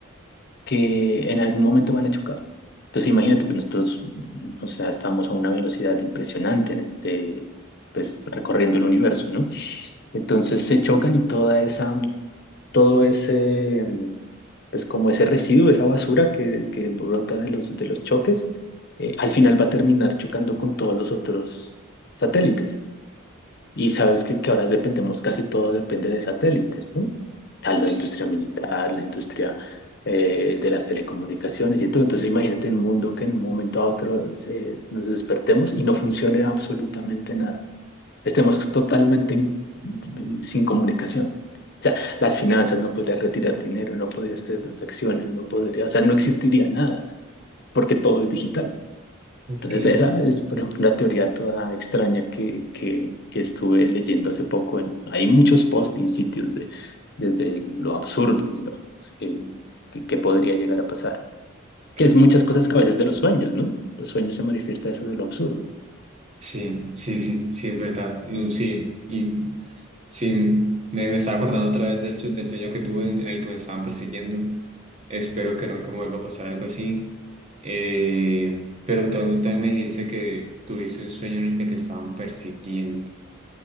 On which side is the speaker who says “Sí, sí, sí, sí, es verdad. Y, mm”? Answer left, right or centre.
Right